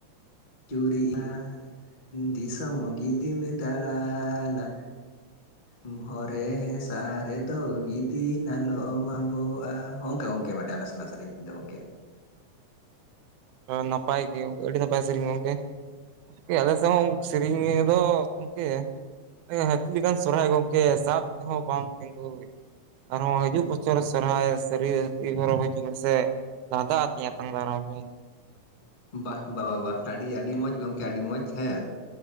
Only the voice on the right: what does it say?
ᱱᱟᱯᱟᱭ ᱜᱮ ᱟᱹᱰᱤ ᱱᱟᱯᱟᱭ ᱥᱮᱨᱮᱧ ᱜᱚᱢᱠᱮ ᱟᱞᱮ ᱥᱟᱫ ᱥᱮᱨᱮᱧ ᱤᱭᱟᱹ ᱫᱚ ᱜᱚᱝᱠᱮ ᱦᱟᱹᱛᱤ ᱞᱮᱠᱟᱱ ᱥᱚᱨᱦᱟᱭ ᱜᱚᱝᱠᱮ ᱥᱟᱵ ᱛᱮᱦᱚᱸ ᱵᱟᱢ ᱛᱤᱸᱜᱩ ᱟᱨᱦᱚᱸ ᱦᱤᱡᱩᱜ ᱵᱚᱪᱷᱚᱨ ᱥᱚᱦᱨᱟᱭ ᱥᱟᱹᱨᱤ ᱜᱚᱨᱚᱵᱽ ᱦᱤᱡᱩᱜ ᱢᱮᱥᱮ ᱞᱟᱫᱟ ᱟᱛᱮ ᱟᱛᱟᱝ ᱫᱟᱨᱟᱢ ᱢᱮ